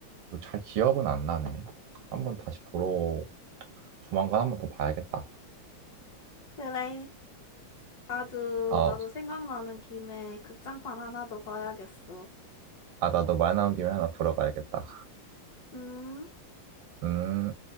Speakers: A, on the right (about 85°); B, on the left (about 50°).
A: 또 잘 기억은 안 나네. 한번 다시 보러, 조만간 한번 더 봐야겠다.
B: 그래. 나도,
A: 어,
B: 나도 생각나는 김에 극장판 하나 더 봐야겠어.
A: 아, 나도 말 나온 김에 하나 보러 가야겠다.
B: 음.
A: 음.